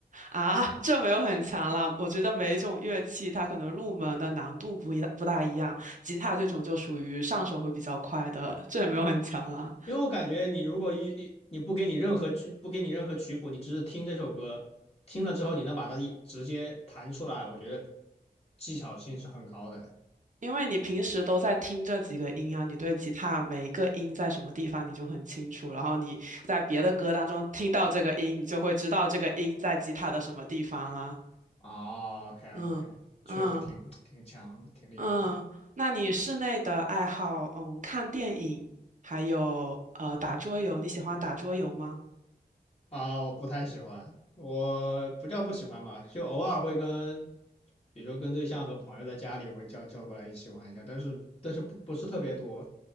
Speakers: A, on the right; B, on the left.
A: 啊，<laughs> 这没有很强了。我觉得每一种乐器它可能入门的难度不一不大一样，吉他这种就属于上手会比较快的，这也没有很强了。
B: 因为我感觉你如果一一你不给你任何曲不给你任何曲谱，你只是听这首歌，听了之后你能把它一直接弹出来，我觉得技巧性是很高的哎
A: 因为你平时都在听这几个音啊，你对吉他每一个音在什么地方你就很清楚，然后你在别的歌当中听到这个音，你就会知道这个音在吉他的什么地方了。
B: 哦，OK
A: 嗯嗯
B: OK，确实挺挺强，挺厉害
A: 嗯，那你室内的爱好，嗯，看电影，还有呃打桌游，你喜欢打桌游吗？
B: 啊！我不太喜欢，我不叫不喜欢吧，就偶尔会跟，比如说跟对象和朋友在家里会叫叫过来一起玩一下，但是但是不不是特别多。